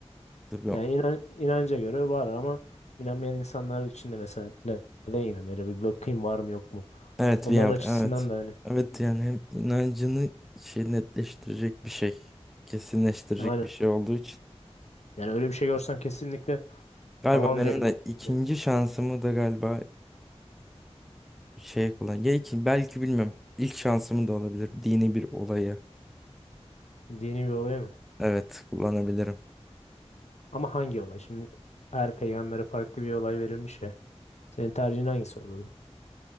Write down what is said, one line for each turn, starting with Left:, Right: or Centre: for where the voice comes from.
Centre: Tabii.
Left: Yani
Centre: o-
Left: inan, inanca göre var ama inanmayan insanlar için de mesela ne- neden inanmıyor? Bir bakayım var mı yok mu?
Centre: Evet
Left: Onların
Centre: ya
Left: açısından
Centre: evet.
Left: da hani
Centre: Evet yani hem inancını şey netleştirecek bir şey, kesinleştirecek
Left: aynen.
Centre: bir şey olduğu için.
Left: Yani öyle bir şey görsem kesinlikle
Centre: Galiba
Left: tamam
Centre: benim
Left: derim.
Centre: de ikinci
Left: Yani
Centre: şansımı da galiba Şey kullan. Ya iki- belki bilmiyorum. İlk şansım da olabilir. Dini bir olayı.
Left: dini bir olay mı?
Centre: Evet kullanabilirim.
Left: Ama hangi olay? Şimdi her peygambere farklı bir olay verilmiş ya. Senin tercihin hangisi olurdu?